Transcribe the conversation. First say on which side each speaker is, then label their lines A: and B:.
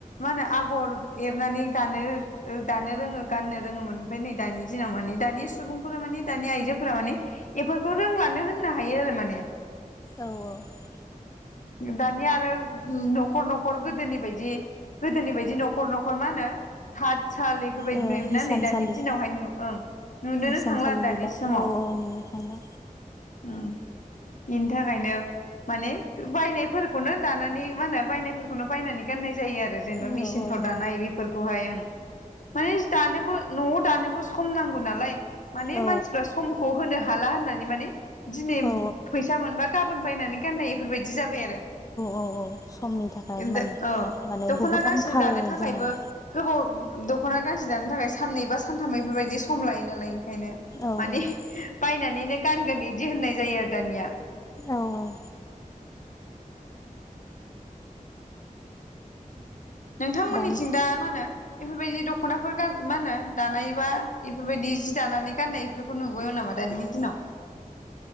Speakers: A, on the left; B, on the left.
A: मा होनो आगर एरनानै दानो दानो रोङो गाननो रोङोमोन ओमफ्राय नै दानि दिनाव माने दानि सुबुंफोरा माने दानि आइजोफोरा माने बेफोरखौ रोंलानो होननो हायो आरो माने।
B: औ
A: दानिया आरो नखर नखर गोदोनि बायदि गोदोनि बायदि नखर नखर मा होनो खाठसालि। बेफोरबायदि
B: औ ओं
A: नुयोमोन
B: हिसानसालि
A: ना नै दानि दिनावहाय ओं नुुनोनो
B: हिसानसालि
A: थांला आरो दानि
B: गैला
A: समाव।
B: औ औ नुनो थांला
A: बेनि थाखायनो माने। बायनायफोरखौनो दानानै मा होनो बायनायफोरखौनो बायनानै गाननाय। जायो आरो जेनेबा
B: औ
A: मेसिनफ्राव
B: औ औ
A: दानाय बेफोरखौ। खौहाय आं। माने दानोबो। नआव दानोबो सम नांगौ नालाय माने
B: औ
A: मानसिफ्रा समखौ होनो हाला होननानै। माने दिनै।
B: औ
A: फैसा मोनबा गाबोन बायनानै गाननाय। बेफोरबायदि जाबाय आरो।
B: औ औ समनि थाखाय
A: औ
B: माने
A: दख'ना
B: बुहुत
A: गांसे
B: आंखाल
A: दानो थाखायबो
B: जानानै।
A: गोबाव दख'ना गांसे दानो थाखाय साननै बा सानथामैफोरबायदि सम लायो नालाय। बेखायनो
B: औ
A: माने।
B: औ
A: बायनानैनो गानगोन बिदि होननाय जायो आरो दानिया।
B: औ औ
A: नोंथांमोननिथिं
B: दानि
A: दा मा होनो। बेफोरबायदि दखनाफोर मा होनो दानाय बा इफोरबायदि जि दानानै गाननाय बेफोरखौ नुबोयो नामा दानि दिनाव।